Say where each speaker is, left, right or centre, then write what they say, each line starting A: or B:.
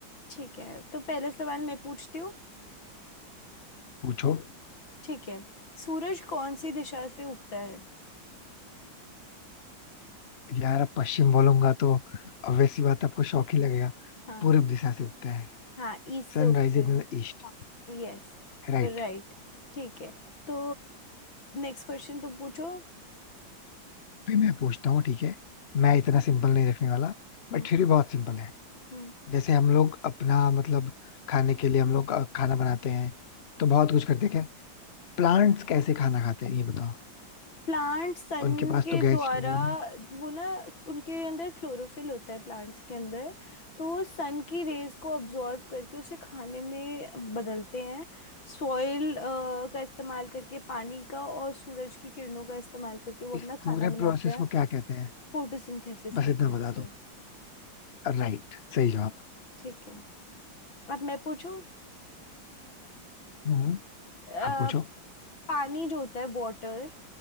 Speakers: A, on the left; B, on the left.
A: ठीक है तो पहला सवाल मैं पूछती हूँ
B: पूछो
A: ठीक है सूरज कौन सी दिशा से उगता है
B: यार अब पश्चिम बोलूंगा तो obvious सी बात है, आपको शौक ही लगेगा
A: हाँ
B: पूर्व दिशा से उगता है
A: हाँ ईस्ट
B: Sunrise
A: से उगता
B: in
A: है
B: the east
A: यस
B: Right
A: राइट ठीक है तो नेक्स्ट क्वेश्चन तुम पूछो
B: अभी मैं पूछता हूँ ठीक है मैं इतना सिंपल नहीं रखने वाला
A: हम्म
B: बट फिर भी बहुत सिंपल है
A: हम्म।
B: जैसे हम लोग अपना मतलब खाने के लिए हम लोग अ, खाना बनाते हैं तो बहुत कुछ करते हैं क्या प्लांट्स कैसे खाना खाते हैं ये बताओ
A: प्लांट सन
B: उनके पास
A: के
B: तो
A: द्वारा
B: गैस स्टोव नहीं
A: वो ना उनके अंदर क्लोरोफिल होता है प्लांट्स के अंदर तो वो सन की रेज को अब्जॉर्ब करके उसे खाने में बदलते हैं सॉइल का इस्तेमाल करके पानी का और सूरज की किरणों का इस्तेमाल करके वो
B: इस
A: अपना खाना
B: पूरे
A: बनाते
B: प्रोसेस
A: हैं
B: को क्या कहते हैं
A: फोटोसिंथेसिस
B: बस
A: कहते
B: इतना
A: हैं
B: बता
A: इसे
B: दो राइट सही जवाब
A: ठीक है अब मैं पूछूं
B: हम्म
A: अ,
B: आप पूछो
A: पानी जो होता है वाटर